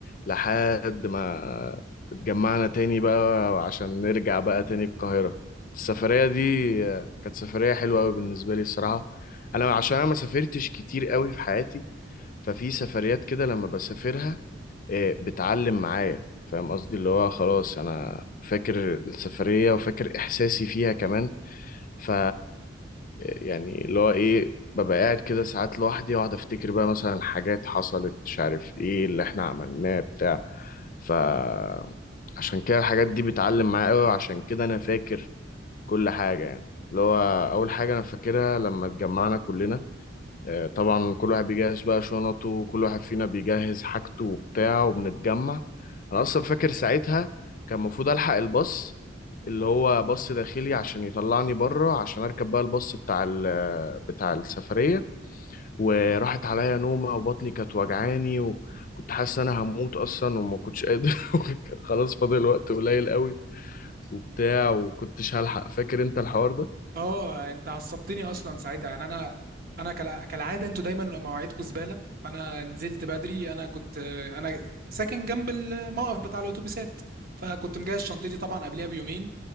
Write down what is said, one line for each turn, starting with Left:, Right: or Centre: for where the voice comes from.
Left: لحد ما اتجمعنا تاني بقى عشان نرجع بقى تاني القاهرة السفرية دي آه، كانت سفرية حلوة قوي بالنسبة لي الصراحة انا عشان انا ما سافرتش كتير قوي في حياتي ففي سفريات كده لما بسافرها إيه، بتعلم معايا فاهم قصدي اللي هو خلاص انا فاكر السفرية وفاكر احساسي فيها كمان ف يعني اللي هو ايه ببقى قاعد كده ساعات لوحدي واقعد افتكر بقى مثلا حاجات حصلت مش عارف ايه اللي احنا عملناه بتاع فعشان كده الحاجات دي بتعلم معايا قوي وعشان كده انا فاكر كل حاجة يعني اللي هو اول حاجة انا فاكرها لما اتجمعنا كلنا آه، طبعا كل واحد بيجهز بقى شنطه وكل واحد فينا بيجهز حاجته وبتاع وبنتجمع انا اصلا فاكر ساعتها كان المفروض الحق الباص اللي هو باص داخلي عشان يطلعني بره عشان اركب بقى الباص بتاع ال- بتاع السفريه وراحت عليا نومه وبطني كانت وجعاني وكنت حاسس ان انا هموت اصلا وما كنتش قادر <laughs> وكان خلاص فاضل وقت قليل قوي وبتاع وكنتش هلحق فاكر انت الحوار ده
Right: اه انت عصبتني اصلا ساعتها يعني انا انا كالع- كالعاده انتوا دايما مواعيدكم زباله فانا نزلت بدري انا كنت آه، انا ساكن جنب الموقف بتاع الاتوبيسات فكنت مجهز شنطتي طبعا قبلها بيومين